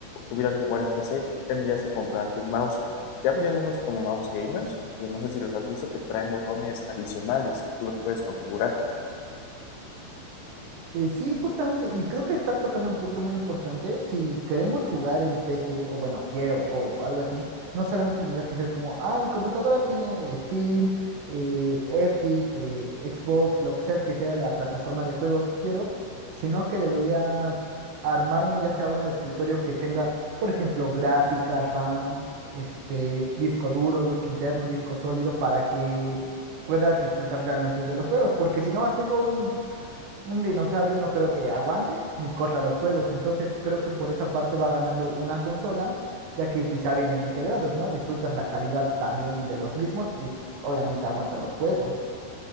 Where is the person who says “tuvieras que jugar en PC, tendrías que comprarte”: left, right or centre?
Left